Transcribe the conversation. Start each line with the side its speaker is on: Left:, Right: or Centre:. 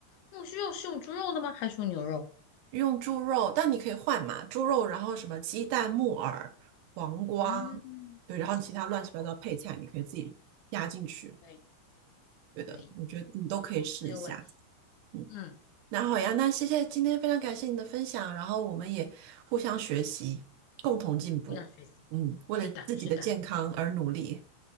Left: 木须肉是用猪肉的吗？还是用牛肉？
Right: 用猪肉，但你可以换嘛，猪肉，然后什么鸡蛋、木耳、黄瓜，
Left: 嗯，
Right: 对，然后其他乱七八糟配菜，你可以自己加进去。
Left: 可以
Right: 对的，
Left: 可以，
Right: 我觉得你都可以试一下。
Left: 没有问题。
Right: 嗯，
Left: 嗯，
Right: 那好呀，那谢谢今天非常感谢你的分享，然后我们也互相学习，共同进步。
Left: 互相学习。
Right: 嗯，为了自己的健康而努力。
Left: 是的是的